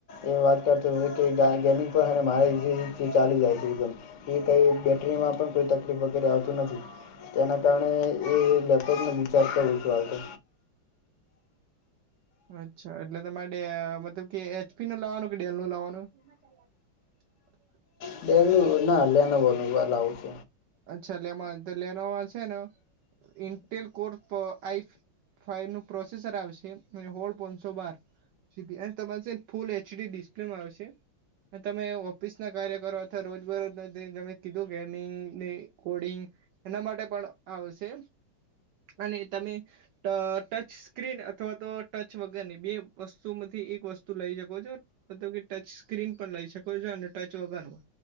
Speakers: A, on the left (about 65°); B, on the right (about 75°).
A: એ વાત કરતો કે ગ મારી રિત થી ચાલી જાય છે એકદમ કઈ કઈ બેટરીમાં પણ કોઈ તકલીફ વગેરે આવતું નથી. તેના કારણે એ વ્યાપકને વિચાર કરુ છું આતો
B: અચ્છા એટલે તમારે મતલબ કે એચપી નું લાવવાનું કે ડેલ નું લાવવાનું <unintelligible>
A: ડેલ નું ના લીનોવા ની બનાવું છે.
B: અચ્છા એમા તો લીનોવા છે ને ઇન્ટેલ કોર્પ આઈ ફાયલ નું પ્રોસેસર આવશે ને હોલ પોંશો બાર એ તમાર ફૂલ એચડી ડિસ્પ્લેમ આવશે. તમે ઓફિસ ના કાર્ય કરો અથવા રોજબરોજમે કીધું ગેમિંગ ને કોડિંગ એના માટે પણ આવશે અને તમે ટ ટચ સ્ક્રીન અથવા તો ટચ વગરની બે વસ્તુમાંથી એક વસ્તુ લઈ શકો છો. મતલબ કે ટચ સ્ક્રીન પણ લઈ શકો છો ટચ વગરનું